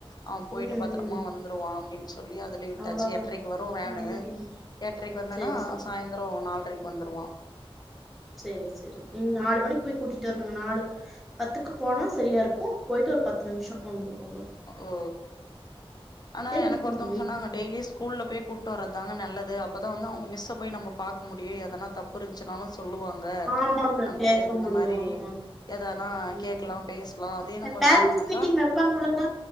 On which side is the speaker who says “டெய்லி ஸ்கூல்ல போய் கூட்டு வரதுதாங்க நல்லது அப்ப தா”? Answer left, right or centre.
Left